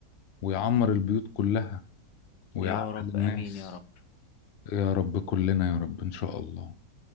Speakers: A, on the left; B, on the left.
A: ويعمر البيوت كلها ويعقل
B: يا رب
A: الناس
B: امين يا رب
A: يا رب كلنا يا رب إن شاء الله